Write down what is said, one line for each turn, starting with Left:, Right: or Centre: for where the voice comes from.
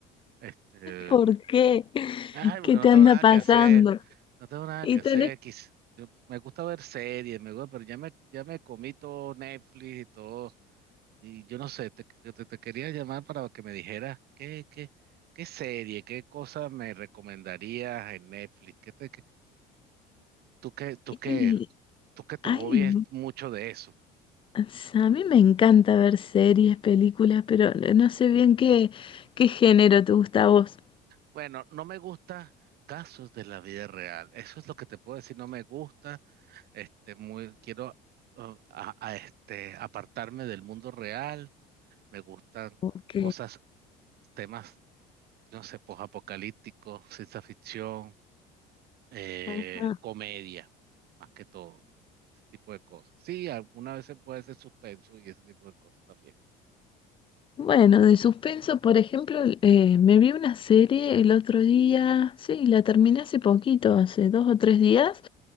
Right: este
Left: ¿Por qué?
Right: ay porque
Left: ¿Qué
Right: no
Left: te
Right: tengo
Left: anda
Right: nada
Left: pasando?
Right: que hacer, no tengo nada
Left: Y
Right: que hacer,
Left: tenés...
Right: quis- yo- me gusta ver series, me gusta, pero ya me ya me comí todo Netflix y todo y yo no sé te, te, te quería llamar para que me dijeras qué qué qué serie, qué cosa me recomendarías en Netflix, qué te Tú que, tú que,
Left: y-
Right: tú que tu
Left: Ay,
Right: hobby
Left: no.
Right: es mucho de eso.
Left: O a mí me encanta ver series, películas, pero no no sé bien qué, qué género te gusta a vos.
Right: Bueno, no me gusta casos de la vida real. Eso es lo que te puedo decir. No me gusta. Este, muy, quiero uh, a- a este, apartarme del mundo real. Me gustan
Left: Ok,
Right: cosas, temas, no sé, posapocalípticos, ciencia ficción, eh,
Left: Ajá.
Right: comedia, más que todo. Ese tipo de cosas. Sí, algunas veces puede ser suspenso y ese tipo de cosas también.
Left: Bueno, de suspenso, por ejemplo, eh, me vi una serie el otro día, sí, la terminé hace poquito, hace dos o tres días,